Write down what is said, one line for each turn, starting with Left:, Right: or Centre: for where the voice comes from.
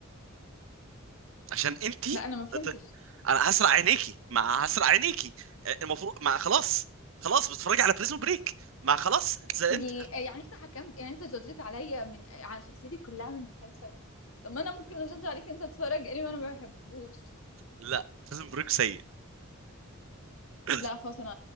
Right: عشان انتي
Left: لا انا ما فهمتش
Right: هت- انا هسرق عينيكي ما هسرق عينيكي المفروض ما خلاص خلاص بتتفرجي على بريزون بريك ما خلاص انت انت
Left: دي يعني انت حكمت يعني انت جادجت عليا من على شخصيتي كلها من المسلسل طب ما انا ممكن اجادج عليك انت بتتفرج انمي وانا ما بحبوش
Right: لا بريزون بريك سيء <clears throat>
Left: لا خلاص انا,